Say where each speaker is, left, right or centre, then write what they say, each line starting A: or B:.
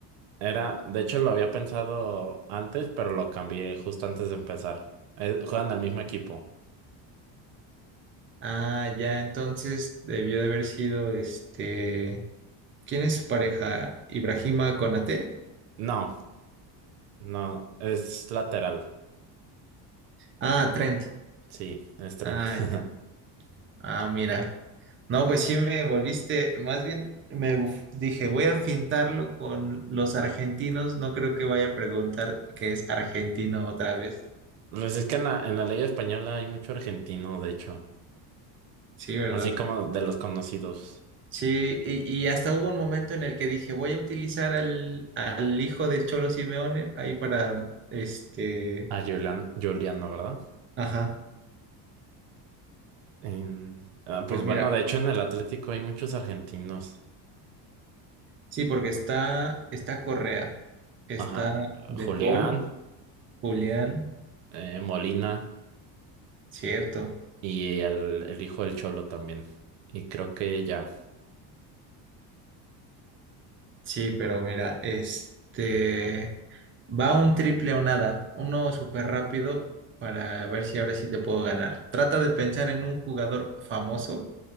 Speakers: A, on the right (about 80°); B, on the right (about 25°).
A: era, de hecho lo había pensado antes, pero lo cambié justo antes de empezar. Eh, juegan al mismo equipo.
B: Ah, ya, entonces debió de haber sido este. ¿Quién es su pareja? ¿Ibrahima Konaté?
A: No, no, es lateral.
B: Ah, Trent.
A: Sí, es Trent.
B: Ah,
A: <laughs>
B: ya. Ah, mira. No, pues sí me volviste. Más bien me buf- dije, voy a fintarlo con los argentinos. No creo que vaya a preguntar que es argentino otra vez.
A: Pues es que en la, en la Liga Española hay mucho argentino, de hecho.
B: Sí, ¿verdad?
A: Así como de los conocidos.
B: Sí, y, y hasta hubo un momento en el que dije, voy a utilizar al, al hijo del Cholo Simeone ahí para este.
A: A Julián, Juliano, ¿verdad?
B: Ajá.
A: En- ah,
B: Pues
A: pues, bueno,
B: mira.
A: de hecho en el Atlético hay muchos argentinos.
B: Sí, porque está, está Correa, está
A: Ajá.
B: De
A: Julián,
B: Paul, Julián,
A: eh, Molina
B: cierto.
A: y el, el hijo del Cholo también. Y creo que ya.
B: Sí, pero mira, este va un triple o nada, uno súper rápido para ver si ahora sí te puedo ganar. Trata de pensar en un jugador famoso,